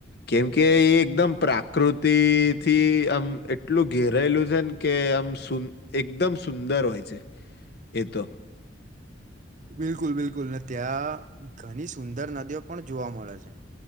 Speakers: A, on the left; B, on the right.
A: કેમકે એ એકદમ પ્રાકૃતિક થી આમ એટલું ઘેરાયલું છે ને કે આમ શું એકદમ સુંદર હોય છે એ તો.
B: બિલકુલ બિલકુલ ને ત્યાં ઘણી સુંદર નદીઓ પણ જોવા મળે છે.